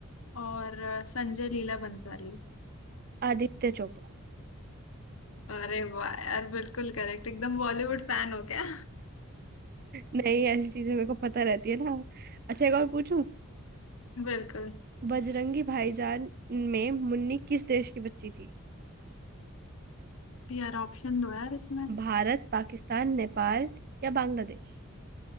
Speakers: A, on the left; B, on the right.
A: और अ, संजय लीला बंसाली
B: <laughs> आदित्य चोपड़ा
A: अरे वाह यार बिल्कुल करेक्ट एकदम बॉलीवुड फैन हो क्या
B: नहीं ऐसी चीजें मेरे को पता रहती है ना अच्छा एक और पूछूं
A: बिल्कुल
B: बजरंगी भाईजान में मुन्नी किस देश की बच्ची थी
A: यार ऑप्शन दो यार इसमें
B: भारत पाकिस्तान नेपाल या बांग्लादेश